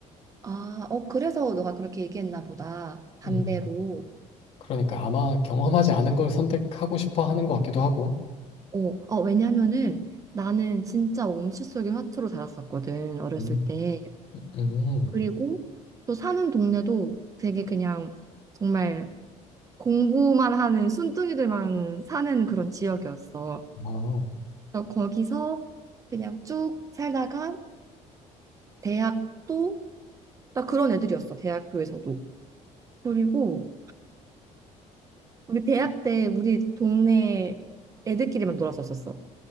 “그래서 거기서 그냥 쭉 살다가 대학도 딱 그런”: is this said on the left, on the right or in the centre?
Right